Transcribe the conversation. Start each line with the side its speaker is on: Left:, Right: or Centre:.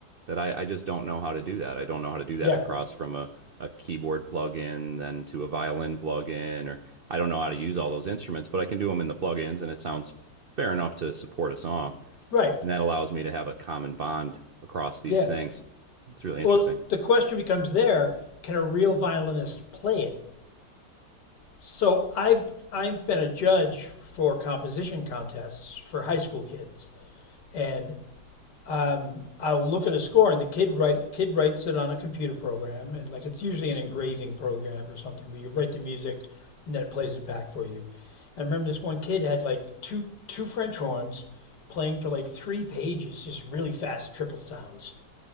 Right: that I, I just don't know how to do that. I don't know how to do that
Left: yeah,
Right: across from a, a keyboard plugin then to a violin plugin, or I don't know how to use all those instruments, but I can do them in the plugins and it sounds fair enough to support a song.
Left: right,
Right: And that allows me to have a common bond across these
Left: yeah.
Right: things. It's really interesting.
Left: Well, the question becomes there: Can a real violinist play it? So I've I've been a judge for composition contests for high school kids, and um, I'll look at a score, and the kid write kid writes it on a computer program, and like it's usually an engraving program or something where you write the music, and then it plays it back for you. And I remember this one kid had like two two French horns playing for like three pages, just really fast triple sounds,